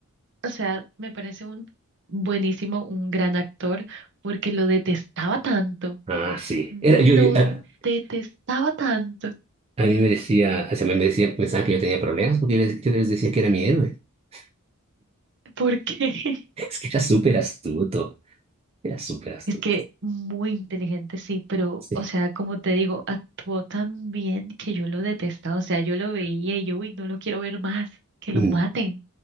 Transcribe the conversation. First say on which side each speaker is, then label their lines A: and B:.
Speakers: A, on the right (about 55°); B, on the right (about 25°).
A: o sea, me parece un buenísimo, un gran actor, porque lo detestaba tanto,
B: Ah, sí.
A: lo
B: Era, yo, yo- a,
A: detestaba tanto.
B: a mí me decía, o sea, me me decía, pensaba que yo tenía problemas porque yo les, yo les decía que era mi héroe. <laughs>
A: Porque <laughs>
B: Es que era súper astuto, era súper astuto.
A: es que muy inteligente, sí, pero,
B: Sí.
A: o sea, como te digo, actuó tan bien que yo lo detestaba, o sea, yo lo veía y yo, uy, no lo quiero ver más, que lo
B: Mm,
A: maten,